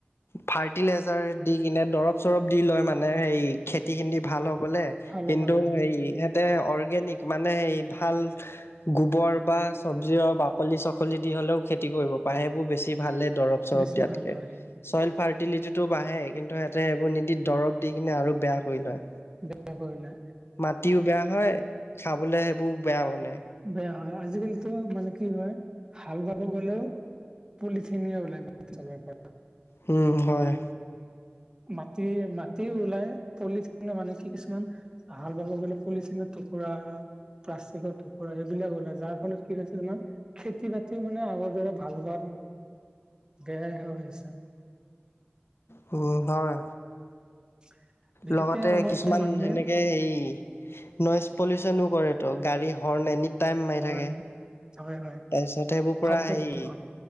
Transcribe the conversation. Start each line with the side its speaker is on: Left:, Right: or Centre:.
Left: ফাৰ্টিলাইজাৰ দি কিনে দৰব চৰব দি লয় মানে হেৰি খেতি খিনি ভাল হবলে
Right: ভাল
Left: কিন্তু
Right: হ'বৰ কাৰণে
Left: হেৰি অৰ্গেনিক মানে হেৰি ভাল গোবৰ বা চব্জি হওক বাকলি চাকলি দি হ'লেও খেতি কৰিব পাৰে সেইবোৰ বেছি ভালে দৰব চৰব
Right: বেছি
Left: দিয়াতকে
Right: ভাল হয়
Left: চইল ফাৰ্টিলিটি টো বাঢ়ে কিন্তু সিহঁতে সেইবোৰ নিদি দৰব দি কিনে আৰু বেয়া কৰি লয়।
Right: বেয়া কৰিলে
Left: মাটিও বেয়া হয় খাবলে সেইবোৰ বেয়া মানে
Right: বেয়া হয় আজিকালিতো মানে কি হয় হাল বাব গ'লেও পলিথিনে উলাই <unintelligible>
Left: হুম, হয়
Right: মাটি মাটি ওলাই পলি মানে কি কিছুমান হাল বাব গ'লে পলিচিনৰ টুকুৰা প্লাষ্টিকৰ টুকুৰা এইবিলাক ওলাই যাৰ ফলত কি হৈছে তোমাৰ খেতি বাতিও মানে আগৰ দৰে ভাল হোৱা সেয়াই হৈ আছে
Left: হুম, হয়
Right: <inaudible>
Left: লগতে
Right: আমাৰ
Left: কিছুমান
Right: মানুহে
Left: সেনেকে হেৰি নইজ পলিউচনো কৰেতো গাড়ী হৰ্ণ এনি টাইম মাৰি
Right: হৰ্ন,
Left: থাকে
Right: হয় হয়
Left: তাৰপিছত সেইবোৰ পুৰা
Right: শব্দ
Left: হেৰি
Right: প্ৰদূষণ